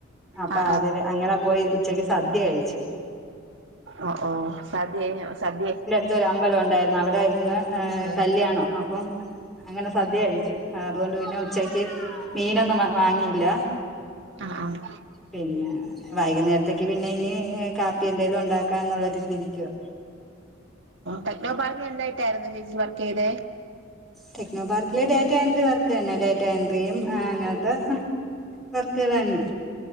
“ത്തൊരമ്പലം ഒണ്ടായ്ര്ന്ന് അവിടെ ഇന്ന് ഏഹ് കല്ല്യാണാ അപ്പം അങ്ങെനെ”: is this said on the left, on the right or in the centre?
Centre